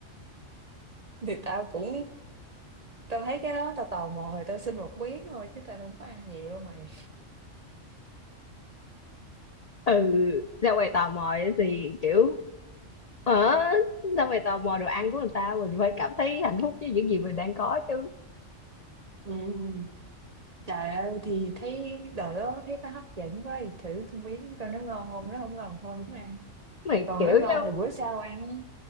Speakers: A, on the right; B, on the left.
A: thì tao cũng tao thấy cái đó tao tò mò thì tao xin một miếng thôi chứ tao không có ăn nhiều đâu mày
B: ừ ra ngoài tò mò ấy thì kiểu ở ra ngoài tò mò đồ ăn của người ta mình phải cảm thấy hạnh phúc với những gì mình đang có chứ
A: ừ. trời ơi thì thấy đồ đó thấy nó hấp dẫn quá thì thử cái miếng coi nó ngon không nó không ngon thôi không ăn
B: mày
A: còn
B: kiểu
A: nó ngon
B: giống
A: thì bữa sau ăn á.